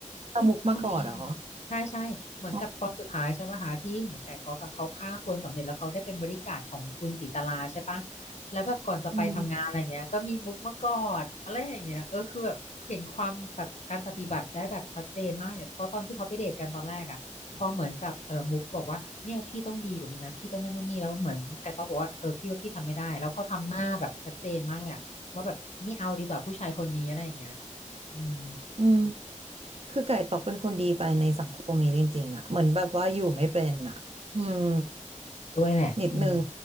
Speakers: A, on the right (about 50°); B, on the left (about 60°).
A: ตะมุกมาก่อนเหรอ
B: ก็มีใช่ใช่เหมือนกับตอนสุดท้ายใช่ปะหาที่เหมือนไก่ต๊อกกับเขาฆ่าคนสำเร็จแล้วเขาได้เป็นบริการดของคุณศรีตลาใช่ปะ
A: อ๋อ
B: แล้วแบบก่อนจะไปทำงานอะไรเงี้ยก็มีมุกมากอดอะไรอย่างเงี้ยเออคือแบบเห็นความแบบการปฏิบัติได้แบบชัดเจนมากเนี่ยเพราะตอนที่เขาไปเดทกันตอนแรกอ่ะพอเหมือนกับเออมุกบอกว่าเนี่ยพี่ต้องดีกว่านี้นะพี่ต้องนั่นนู่นนี่แล้วเหมือนไก่ต๊อกบอกว่าเออพี่ว่าพี่ทำไม่ได้แล้วเขาทำหน้าแบบชัดเจนมากเลยอะว่าแบบไม่เอาดีกว่าผู้ชายคนนี้อะไรอย่างเงี้ย
A: อืม
B: อืม
A: อืมคือไก่ตอกเป็นคนดีไปในสังคมนี้จริงๆอ่ะเหมือนแบบว่าอยู่ไม่เป็นอ่ะอืม
B: ด้วยแหละอืม
A: นิดนึง